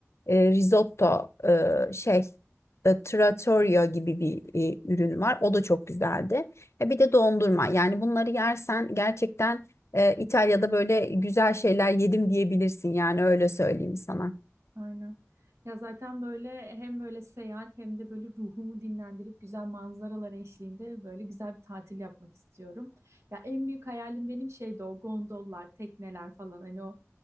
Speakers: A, on the left (about 60°); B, on the right (about 60°).
A: E, risotto e, şey e, trattoria gibi bir e, ürün var. O da çok güzeldi. E, bir de dondurma. Yani bunları yersen gerçekten e, İtalya'da böyle güzel şeyler yedim diyebilirsin. Yani öyle söyleyeyim sana.
B: Aynen. Ya zaten böyle hem böyle seyahat hem de böyle ruhumu dinlendirip güzel manzaralar eşliğinde böyle güzel bir tatil yapmak istiyorum. Ya en büyük hayalim benim şeydi o gondollar, tekneler falan hani o